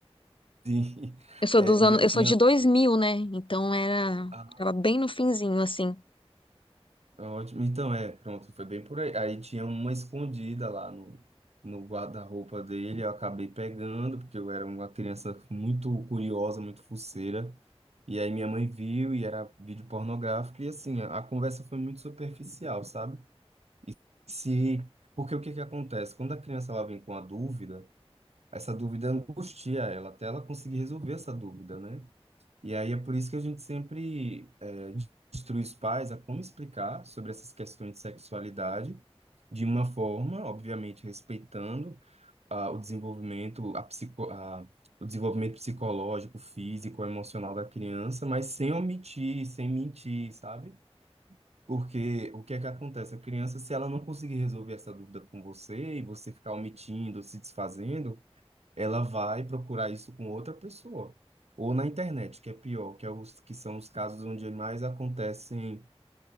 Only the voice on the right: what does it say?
<laughs> sim.
É,
tinha
ah,
Ah, Ótimo. Então, é, pronto, foi bem por aí. Aí tinha uma escondida lá no, no guarda-roupa dele, eu acabei pegando, porque eu era uma criança muito curiosa, muito fuceira. E aí minha mãe viu e era vídeo pornográfico, e assim, a, a conversa foi muito superficial, sabe? Se, porque o que que acontece? Quando a criança ela vem com a dúvida, essa dúvida angustia ela, até ela conseguir resolver essa dúvida, né? E aí é por isso que a gente sempre é, instrui os pais a como explicar sobre essas questões de sexualidade de uma forma, obviamente, respeitando ah, o desenvolvimento, a psico, a, o desenvolvimento psicológico, físico, emocional da criança, mas sem omitir, sem mentir, sabe? Porque o que é que acontece? A criança, se ela não conseguir resolver essa dúvida com você e você ficar omitindo, se desfazendo, ela vai procurar isso com outra pessoa. Ou na internet, que é pior, que, é os, que são os casos onde mais acontecem